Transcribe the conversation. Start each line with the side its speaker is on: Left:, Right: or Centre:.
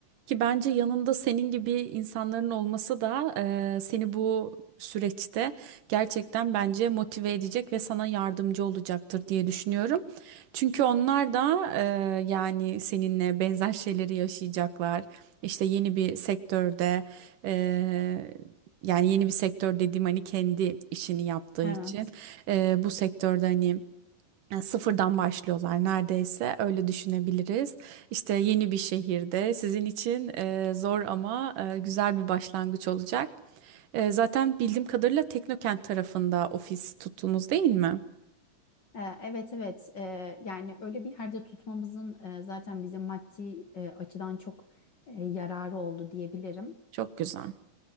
Right: ki bence yanında senin gibi insanların olması da eee, seni bu süreçte gerçekten bence motive edecek ve sana yardımcı olacaktır diye düşünüyorum. Çünkü onlar da eee, yani seninle benzer şeyleri yaşayacaklar. İşte yeni bir sektörde eee, yani yeni bir sektör dediğim hani kendi işini yaptığı
Left: Evet.
Right: için eee, bu sektörde hani. Yani sıfırdan başlıyorlar neredeyse öyle düşünebiliriz. İşte yeni bir şehirde sizin için e, zor ama e, güzel bir başlangıç olacak. E, zaten bildiğim kadarıyla Teknokent tarafında ofis tuttunuz değil mi?
Left: Ee, Evet evet Ee, yani öyle bir yerde tutmamızın e, zaten bize maddi e, açıdan çok e, yararı oldu diyebilirim.
Right: Çok güzel.